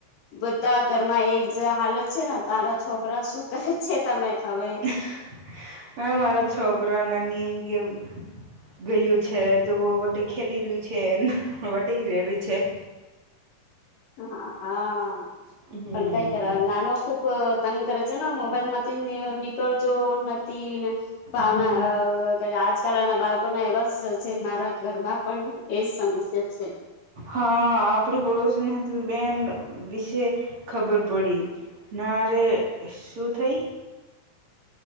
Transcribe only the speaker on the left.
બધા ઘરમાં એક જ હાલત છે ને તારા છોકરા શું કરે છે તમે હવે
હા
પણ કઈ કર નાનો ખૂબ પતંગ કરે છે ને મોબાઈલ માંથી નીકળજો નથી ભાવના
આજકાલ ના બાળકો ના એવા જ છે મારા ઘરમાં પણ એજ સમસ્યા છે